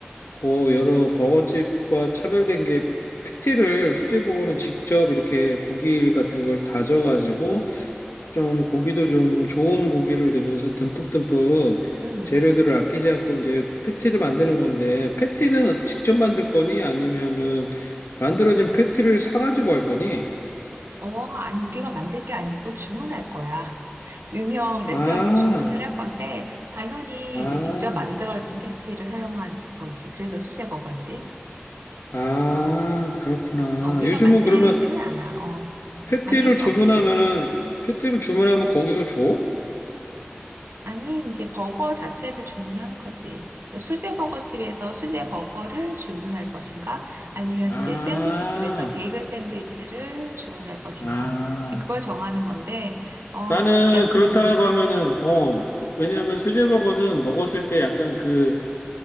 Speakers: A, on the left; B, on the right.
A: 뭐 여러 버거집과 차별된 게 패티를 수제버거는 직접 이렇게 고기 같은 걸 다져가지고 좀 고기도 좀 좋은 고기를 넣으면서 듬뿍듬뿍
B: 응.
A: 재료들을 아끼지 않고 이제 패티를 만드는 건데 패티는 직접 만들 거니 아니면은 만들어진 패티를 사가지고 할 거니?
B: 어, 아니, 우리가 만들 게 아니고 주문할 거야. <laughs> 유명 레스토랑에
A: 아,
B: 주문을 할 건데, 당연히
A: 아,
B: 이제 직접 만들어진 패티를 사용한 거지. 그래서 수제버거지.
A: 아,
B: 어.
A: 그렇구나.
B: 어, 우리가
A: 요즘은
B: 만들지는
A: 그러면
B: 않아. 어,
A: 패티를
B: 만들 순
A: 주문하면은
B: 없지.
A: 패티를 주문하면 거기서 줘?
B: 아니, 이제 버거 자체를 주문하는 거지. 그래서 수제 버거 집에서 수제 버거를 주문할 것인가? 아니면
A: 아,
B: 이제 샌드위치 집에서 베이글 샌드위치를 주문할 것인가?
A: 아.
B: 지금 그걸 정하는 건데, 어,
A: 나는
B: 약,
A: 그렇다라고
B: 음,
A: 하면은 어 왜냐하면 수제버거는 먹었을 때 약간 그,